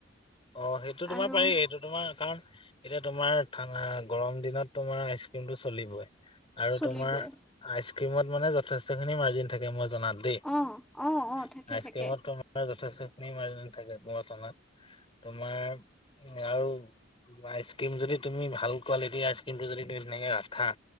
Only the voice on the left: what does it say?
অ সেইটো তোমাৰ
পাৰেই সেইটো তোমাৰ কাৰণ এতিয়া তোমাৰা গৰম দিনত তোমাৰ আইচ ক্ৰীমটো চলিবই আৰু
তোমাৰ আইচ ক্ৰীমত মানে যথেষ্টখিনি মাৰ্জিন থাকে মই জনাতো দেই আইচ
ক্ৰীমত তোমাৰ যথেষ্টখিনি মাৰ থাকে ব নাত তোমাৰ উ আৰু বা আইচক্ৰীম য তুমিাল কোৱালিটিৰ আইচক্ৰীমটো য তুমি সেনেকে ৰাখা